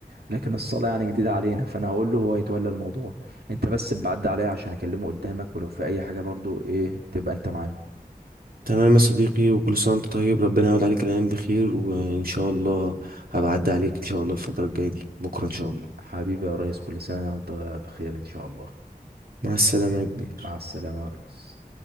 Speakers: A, on the right (about 90°); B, on the right (about 70°).
A: لكن الصلاه يعني جديده علينا فانا هقول له هو يتولى الموضوع انت بس بعد عليها عشان اكلمه قدامك ولو في اي حاجه برضه ايه تبقى انت معانا
B: تمام يا صديقي وكل سنة وانت طيب ربنا يعود عليك الأيام بخير وإن شاء الله هبعدي عليك إن شاء الله الفترة الجاية دي بكرة إن شاء الله
A: حبيبي يا ريس كل سنه وانت بخير ان شاء الله
B: مع السلامة يا كبير
A: مع السلامة يا ريس